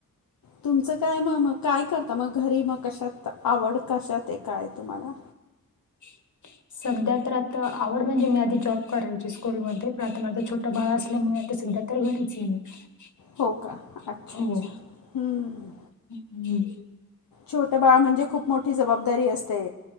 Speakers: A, on the left (about 75°); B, on the left (about 60°).
A: तुमचं काय मग मग काय करता मग घरी मग कशात आवड कशात आहे काय तुम्हाला?
B: <inaudible> सध्या तर आता आवड म्हणजे मी आधी जॉब करायची स्कूलमध्ये पण आता माझं छोटं बाळ असल्यामुळे आता सध्या तर घरीच आहे मी
A: हो का अच्छा
B: हो.
A: अच्छा हम्म.
B: हम्म.
A: छोटं बाळ म्हणजे खूप मोठी जबाबदारी असते.